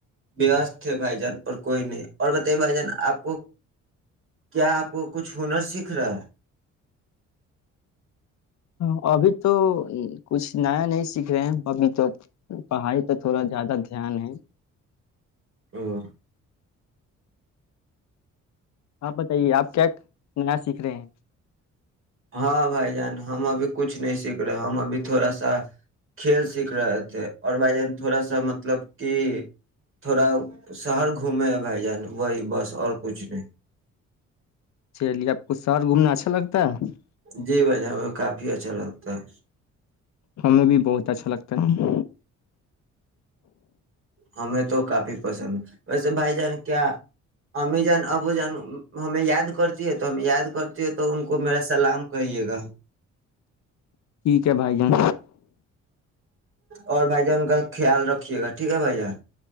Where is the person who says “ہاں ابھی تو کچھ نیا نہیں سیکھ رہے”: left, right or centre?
Left